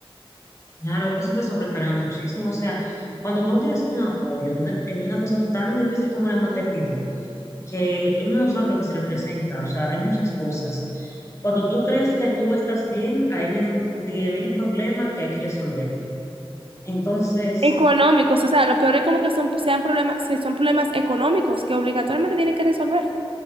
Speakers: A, on the left; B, on the right.
A: claro, eso te sobrecarga muchísimo. O sea, cuando tú no tienes un apoyo en una, en una cosa tan difícil como la maternidad, que uno no sabe lo que se le presenta, o sea, hay muchas cosas. Cuando tú crees que tú estás bien, ahí vienen diez mil problemas que hay que resolver. Entonces...
B: Económicos, o sea, lo peor es como que son, sean problemas, que son problemas económicos que obligatoriamente tienen que resolver.